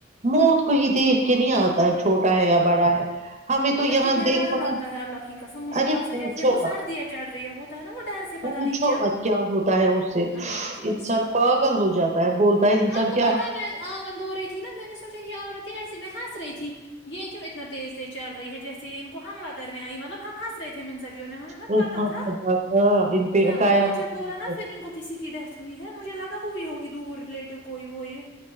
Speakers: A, on the right; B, on the left.
A: موت کوئی دیکھ کے نہیں آتا ہے چھوٹا ہے یاب بڑا ہے <unintelligible>
B: مگر
A: یہاں
B: کتنا
A: دیکھو
B: ڈر لگتا
A: نا
B: ہے اللہ کی قسم مجھے
A: ارے
B: تب سے
A: پوچھو
B: جیسے وہ
A: مت
B: سردیاں چڑھ رہی ہوتا ہے نا وہ ڈر سے پتا
A: پوچھو
B: نہیں کیا
A: مت ہوتا ہے اس سے
B: اللہ کی قسم
A: انسان پاگل ہو جاتا ہے بولتا ہے انسان
B: آپ کو
A: کیا
B: پتاہ ہے میں آنگن د ہو رہی تھی نا میں نے سوچا یہ عورت ایسیے میں ہنس رہی تھی یہ کیوں اتنا تیز تیز چل رہی ہے جیسے ان کو حملہ کرنے آئی مطلب ہم ہنس رہے تھے منس جی میں ہمیں مت
A: خدایا
B: پاتا تھا
A: ان پہ
B: کیا انہوں
A: قیامت
B: نے جب بولا
A: موت
B: نا
A: کرنی۔
B: پھر ان کو کسی کی ڈیت ہوئی ہے مجھے لگا ہوئی ہوگی دور ریلیٹو کوئی وہ یہ